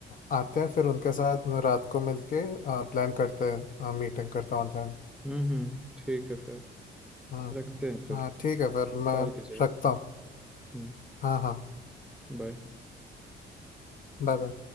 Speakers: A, on the left; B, in the centre.
A: अ, आते हैं फिर उनके साथ मैं रात को मिलके प्लान करते हैं मीटिंग करता हूँ ऑनलाइन
B: हम्म हम्म ठीक है फिर
A: हम्म
B: रखते हैं फिर
A: हाँ ठीक है फिर मैं
B: कॉल कीजिएगा
A: रखता हूँ
B: हम्म।
A: हाँ हाँ
B: बाय
A: Bye bye